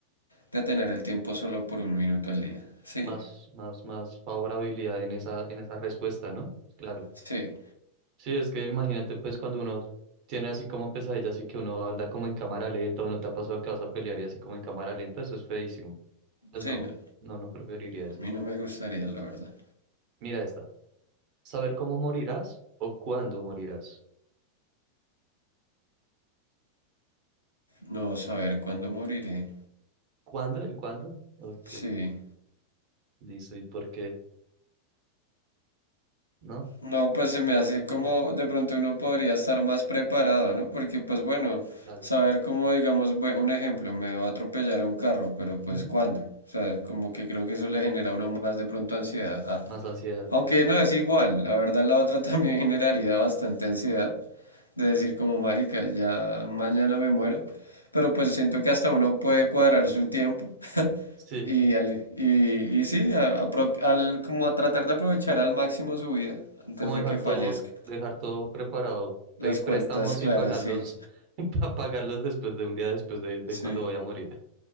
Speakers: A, on the left; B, on the right.
A: detener el tiempo solo por un minuto al día. Sí,
B: Más, más, más favorabilidad en esa, en esa respuesta, ¿no? Claro.
A: sí,
B: Sí, es que imagínate pues cuando uno tiene así como pesadillas así que uno anda como en cámara lenta o no te ha pasado que vas a pelear y así como en cámara lenta, eso es feísimo. Entonces
A: sí,
B: no,
A: no.
B: no, no preferiría eso.
A: A mí no me gustaría, la verdad.
B: Mira esta. ¿Saber cómo morirás o cuándo morirás?
A: No saber cuándo moriré.
B: ¿Cuándo? ¿El cuándo? Ok,
A: Sí.
B: listo. ¿Y por qué? ¿No?
A: No, pues se me
B: No, no
A: hace
B: hay preferencia.
A: como de pronto uno podría estar más preparado, ¿no? Porque pues bueno,
B: Claro.
A: saber cómo, digamos, bue- un ejemplo, me va a atropellar un carro, pero pues
B: Ujú.
A: ¿cuándo? O sea, como que creo que eso le genera a uno más de pronto ansiedad. Ah,
B: Más ansiedad.
A: aunque no es igual, la verdad la otra <laughs> también generaría bastante ansiedad de decir como marica, ya mañana me muero, pero pues siento que hasta uno puede cuadrar su tiempo <laughs>
B: Sí,
A: Y, al- y, y sí, a- apro- al, como a tratar de aprovechar al máximo su vida antes
B: como
A: de
B: dejar
A: que
B: todo,
A: fallezca.
B: dejar todo preparado, pedir
A: Las cuentas
B: préstamos
A: claras,
B: y pagarlos,
A: sí,
B: <laughs> para pagarlos después de un día después de, de
A: sí.
B: cuando voy a morir.